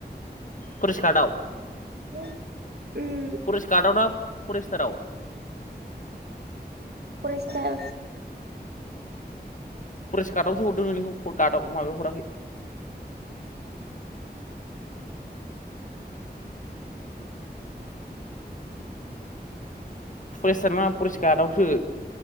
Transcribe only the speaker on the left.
फरेस्टगार्डआव
फरेस्ट गार्डआव ना फरेस्टाराव?
फरेस्ट गार्डआवसो हरदों नोंनिखौ गार्डआव माबायाव हराखै फरेस्टार नङा फरेस्ट गार्डआवसो